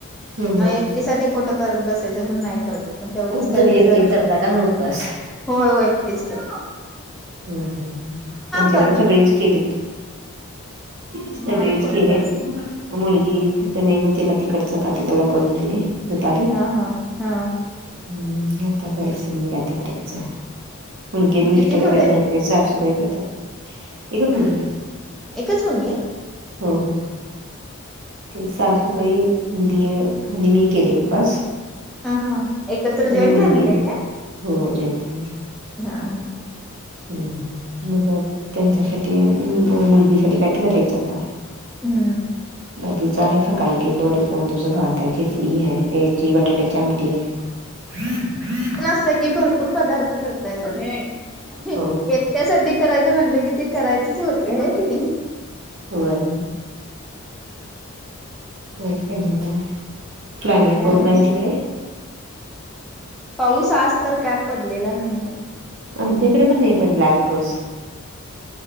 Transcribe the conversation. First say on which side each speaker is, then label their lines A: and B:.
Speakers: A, on the right; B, in the centre.
A: हम्म
B: मग
A: हम्म
B: एकठी साठी कुठं करत बसायचं म्, हणून नाही करत तेवढेच
A: खूप
B: काहीतरी
A: तुम्ही एकटी
B: जरा
A: करता का मग उपवास
B: होय होय एकटीच करते.
A: हम्म हम्म आमच्याकडे
B: कर
A: सगळी केलेत. सगळेच
B: नाही कोण
A: केलीत.
B: करत
A: मुलगी फक्त नाही म्हणते, मग तिखट चपाती तेवढ करून दिले दुपारी.
B: हा हा हा
A: हम्म आता मग निता करायचं मुलगी आणि मिस्टर
B: किती मुलं
A: येवढी.
B: आहेत
A: ससुबाई करतात, एकच मुलगी आहे.
B: एकच मुलगी?
A: हम्म. ते सासूबाई, <unintelligible> मी केले पास.
B: हा हा. एकत्र
A: पहिली
B: जॉईंट
A: मुलगी
B: फॅमिली आहे का
A: होय <unintelligible>
B: हा हा.
A: हम मग त्यांच्यासाठी, मुलगीसाठी करायचं आता.
B: हम्म
A: बाकीच आहे, सकाळी केलेलं वरीच्या तांदळाचा भात.. काय <unintelligible> आहे ते ची बटाटेच्या आमटी हाय.
B: सगळे भरपूर पदार्थ करता येता ये.
A: हो हो
B: त्यासाठी करायचं म्हटलं, की ते करायचंच होत आहे की नाय.
A: होय <unintelligible> आणि काय म्हणता. क्लायमेट
B: काय
A: कोणता आहे तिकडे?
B: पाऊस आज तर काय पडलेला नाहीये
A: आमच्याईकडे पण नाही पडला आज पाऊस.